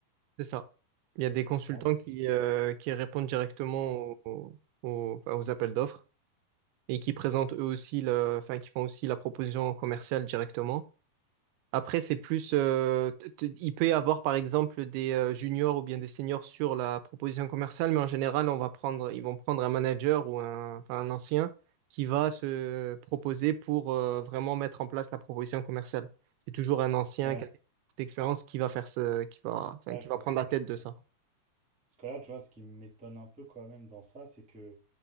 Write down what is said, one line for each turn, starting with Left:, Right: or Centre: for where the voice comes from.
Right: C'est ça. Il y a des consultants
Centre: Ah ouais, c'est...
Right: qui, euh, qui répondent directement aux, aux, aux appels d'offres et qui présentent eux aussi, le, enfin, qui font aussi la proposition commerciale directement. Après, c'est plus, euh, t- t- il peut y avoir par exemple des euh, juniors ou bien des seniors sur la proposition commerciale, mais en général, on va prendre, ils vont prendre un manager ou un, enfin, un ancien qui va se proposer pour euh, vraiment mettre en place la proposition commerciale. C'est toujours un ancien,
Centre: Ouais,
Right: quelqu'un d'expérience qui va faire ce, qui va, enfin,
Centre: ouais,
Right: qui
Centre: je
Right: va
Centre: comprends,
Right: prendre la tête
Centre: je comprends.
Right: de ça.
Centre: Parce que là, tu vois, ce qui m'étonne un peu quand même dans ça, c'est que